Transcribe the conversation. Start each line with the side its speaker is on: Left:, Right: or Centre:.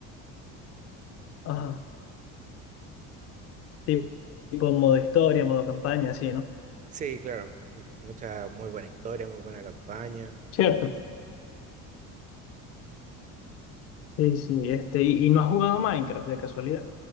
Left: Ajá. Tipo, tipo modo historia, modo campaña, así, ¿no?
Right: Sí, claro, es un- mucha, muy buena historia, muy buena campaña.
Left: Cierto. Sí, sí, este, y, y no has jugado Minecraft de casualidad.